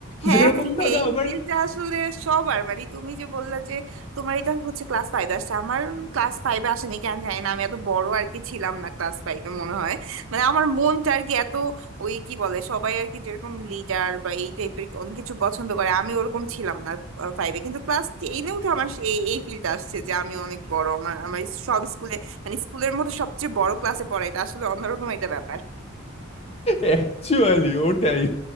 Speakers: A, on the right; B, on the left.
A: হ্যাঁ
B: যেরকম
A: হ্যাঁ হ্যাঁ,
B: ধরো
A: এই
B: আবার
A: ফিল্ডটা আসলে সবার মানে তুমি যে বললে যে তোমার এটা হচ্ছে ক্লাস ফাইভ আসছে আমার ক্লাস ফাইভে আসেনি কেন জানি না আমি এত বড় আর কি ছিলাম না ক্লাস ফাইভে মনে হয় মানে আমার মনটা আর কি এত ওই কি বলে সবাই আর কি যেরকম লিডার বা এই টাইপের অনেক কিছু পছন্দ করে আমি ওরকম ছিলাম না ফাইভে কিন্তু ক্লাস টেনে উঠে আমার সেই এই ফিল্ডটা আসছে যে আমি অনেক বড় আমার আমার সব স্কুলে মানে স্কুলের মধ্যে সবচেয়ে বড় ক্লাসে পড়া এটা আসলে অন্যরকম একটা ব্যাপার
B: অ্যাকচুয়ালি ওটাই